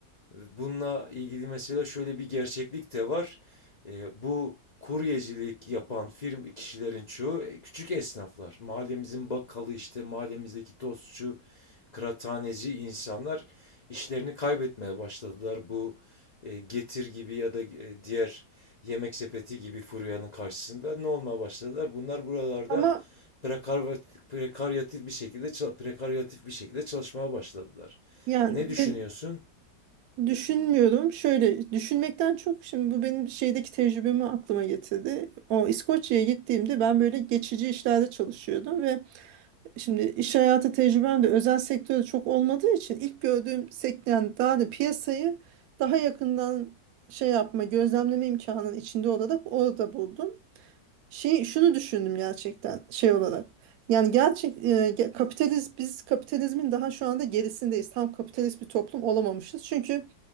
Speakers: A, on the left; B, on the right.
A: Bununla ilgili mesela şöyle bir gerçeklik de var. Ee, bu kuryecilik yapan firm kişilerin çoğu e, küçük esnaflar. Mahallemizin bakkalı işte mahallemizdeki tostçu, kıraathaneci insanlar işlerini kaybetmeye başladılar. Bu e, Getir gibi ya da e, diğer yemek sepeti gibi furyanın karşısında ne olmaya başladılar? Bunlar buralarda
B: Ama
A: prekarvat- prekaryatif bir şekilde çal- prekaryatif bir şekilde çalışmaya başladılar.
B: yani
A: Ne düşünüyorsun?
B: ben düşünmüyorum. Şöyle düşünmekten çok şimdi bu benim şeydeki tecrübemi aklıma getirdi. O İskoçya'ya gittiğimde ben böyle geçici işlerde çalışıyordum ve Şimdi iş hayatı tecrübem de özel sektörde çok olmadığı için ilk gördüğüm sektör yani daha da piyasayı daha yakından şey yapma, gözlemleme imkanının içinde olarak orada buldum. Şey şunu düşündüm gerçekten şey olarak. Yani gerçek e, ge- kapitalizm biz kapitalizmin daha şu anda gerisindeyiz. Tam kapitalist bir toplum olamamışız. Çünkü